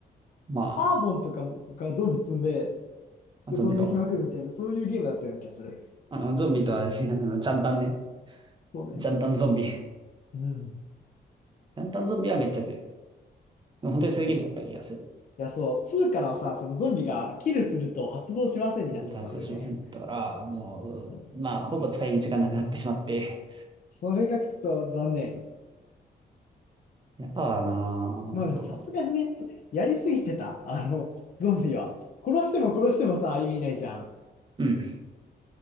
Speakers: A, on the right (about 25°); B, on the left (about 45°).
A: ま
B: カーボンとかがゾンビ積んで、
A: あ、
B: で飛んできまくるみたいな、
A: ゾンビかも。
B: そういうゲームだったような気がする。
A: あの、ゾンビとあれね、<laughs> あの、ジャンタンね。
B: そうね。
A: ジャンタンゾンビ。ジ
B: うん。
A: ャンタンゾンビはめっちゃ強い。でも本当にそういうゲームだった気がする。
B: いや、そう、2からはさ、そのゾンビがキルすると発動しませんになっちゃったんだよね。
A: 多発動しませんだったから、もう、
B: うん、
A: まあ、ほぼ使い道がなくなってしまって。
B: それがちょっと残念。
A: やっぱな
B: まあでもさすがにね、
A: あ、そうだ。
B: やりすぎてた、あの、ゾンビは。殺しても殺してもさ、意味ないじゃん。
A: うん。